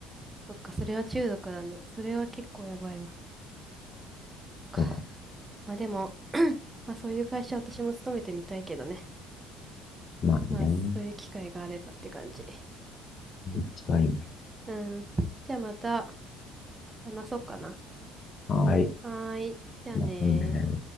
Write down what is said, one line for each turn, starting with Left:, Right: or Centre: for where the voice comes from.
Right: そっか、それは中毒だね。それは結構やばいわ。か
Left: そうだ。
Right: まあでも、<clears throat> まあそういう会社私も勤めてみたいけどね。
Left: まあね。
Right: まあそういう機会があればって感じ。
Left: 立地はいいね。
Right: うん。じゃあまた話そうかな。
Left: はーい。
Right: はーい。じゃあねー。
Left: またね。